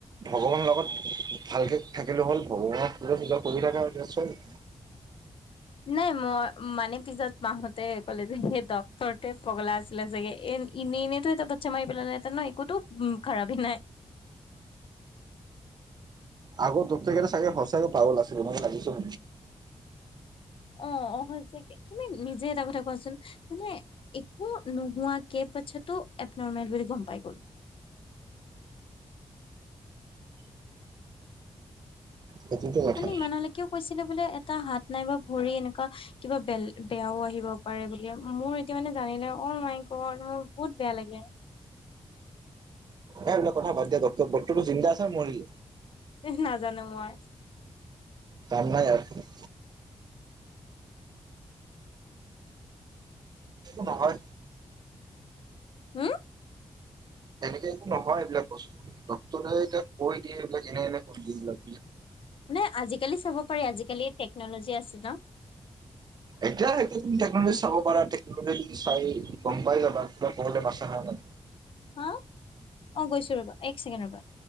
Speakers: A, on the right; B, on the left.
A: ভগৱানৰ লগত ভালকে থাকিলে হ'ল ভগৱানক পূজা চূজা কৰি থাকা চুন।
B: নাই মই মানে পিছত মাহঁতে কলে যে সেই ড্টৰতে পগলা আছিলে চাগে এ এনেই এনেইতো এটা বাচ্ছা মাৰি পেলালে নাই ন একোতো উ খাৰাপি নাই।
A: আগৰ ড্টৰতে কেইটা সঁচায়ে পাগল আছিল লাগিছে।
B: অ' অ' হৈছে কি তুমি নিজে এটা কথা কোৱাচোন। মানে একো নোহোৱাকে পাছটো এবন'ৰ্মেল বুলি গম পাই গ'ল।
A: সেইটোতো কথা
B: মান ইমানলৈকেও কৈছিলে বোলে এ টা হাত নাইবা ভৰি এনেকুৱা কিবা বেল বেয়াও আহিব পাৰে বুলি, মোৰ এতিয়া মানে জানিলে অ', মাই গ'ড মোৰ বহুত বেয়া লাগে।
A: এই এইবিলাক কথা দিয়া ডট ডক্টৰটো জিন্দা আছে নে মৰিলে?
B: এহ নাজানো মই।
A: কাম নাই আৰু নহয়।
B: হম।
A: সেনেকে একো নহয় এইবিলাক বস্তু ডক্টৰে এতিয়া কৈ দিয়ে এইবিলাক এনে এনে বস্তু এইলাক
B: মানে আজিকালি চাব পাৰি, আজিকালি টেক্ন'ল'জি আছে ন'।
A: এতিয়া সেই তুমি টেক্'নল'জি চাব পাৰা টেক্ন'লি চাই গম পাই যাবা কিবা ক'বলো।
B: হ' অ', গৈছো ৰ'বা, এক ছেকেণ্ডৰ ৰ'বা।